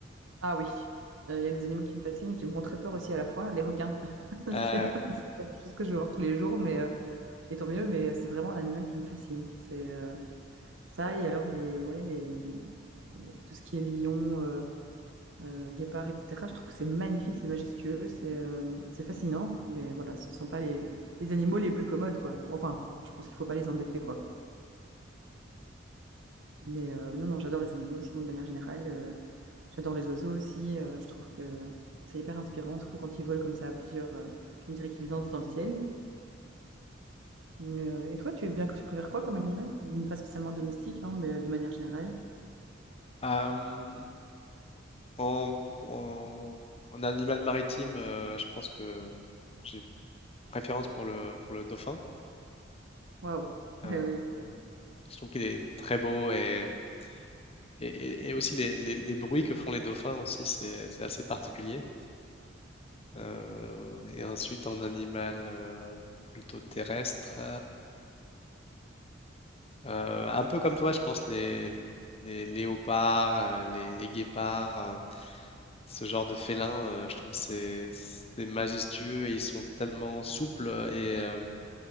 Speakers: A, on the right; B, on the left.
A: Ah oui, Euh, il y a des animaux qui me fascinent et qui me font très peur aussi à la fois. Les requins, <laughs>
B: Euh,
A: c'est pas, c'est pas des choses que je vais voir tous les jours, mais euh, et tant mieux. Mais euh, c'est vraiment un animal qui me fascine. C'est euh, ça et alors les, ouais, les, les- tout ce qui est lion. euh, euh, guépards, etc. Je trouve que c'est magnifique, c'est majestueux, c'est euh, c'est fascinant, mais voilà, ce ne sont pas les, les les animaux les plus commodes, quoi. Enfin, je pense qu'il ne faut pas les embêter, quoi. Mais euh, non, non, j'adore les animaux, sinon de manière générale, euh, j'adore les oiseaux aussi, euh, je trouve que c'est hyper inspirant, surtout quand ils volent comme ça à plusieurs, euh, on dirait qu'ils dansent dans le ciel. Euh, et toi, tu aimes bien que tu préfères quoi comme animal? Pas spécialement domestique, non, mais de manière générale.
B: euh, en, en- en animal maritime, euh, je pense que j'ai préférence pour le, pour le dauphin.
A: Waouh!
B: Euh,
A: <laughs> Eh Oui,
B: euh, je trouve qu'il est très beau et Et, et- et aussi les, les- les bruits que font les dauphins aussi, c'est c'est assez particulier. Euh, et ensuite, en animal euh, plutôt terrestre, euh, un peu comme toi, je pense, les, les léopards, euh, les, les guépards, euh, ce genre de félins, euh, je trouve c'est c'est majestueux et ils sont tellement souples et, euh,